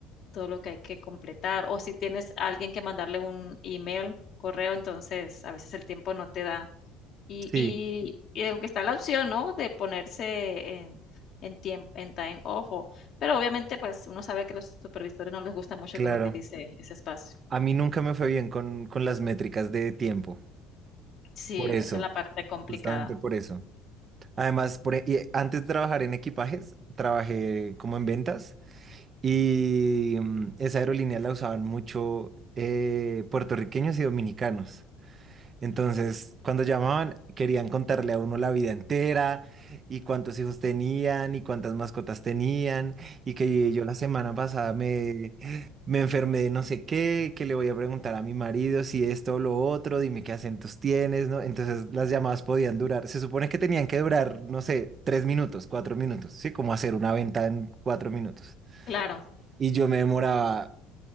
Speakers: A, on the left (about 50°); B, on the right (about 40°).
A: todo lo que hay que completar. O si tienes a alguien que mandarle un email, correo, entonces a veces el tiempo no te da. Y
B: Sí,
A: y y aunque está la opción, ¿no?, de ponerse en en tiemp en time off o pero obviamente, pues, uno sabe que los supervisores no les gusta mucho
B: claro.
A: que uno utilice ese espacio.
B: A mí nunca me fue bien con, con las métricas de tiempo.
A: Sí,
B: Por eso,
A: esa es la parte complicada.
B: justamente por eso. Además, por, e- y antes de trabajar en equipajes, trabajé como en ventas y mm, esa aerolínea la usaban mucho eh, puertorriqueños y dominicanos. Entonces, cuando llamaban, querían contarle a uno la vida entera y cuántos hijos tenían y cuántas mascotas tenían y que yo la semana pasada me, me enfermé de no sé qué, que le voy a preguntar a mi marido si esto o lo otro, dime qué acentos tienes, ¿no? Entonces las llamadas podían durar, se supone que tenían que durar, no sé, tres minutos, cuatro minutos, ¿sí? Como hacer una venta en cuatro minutos.
A: Claro.
B: Y yo me demoraba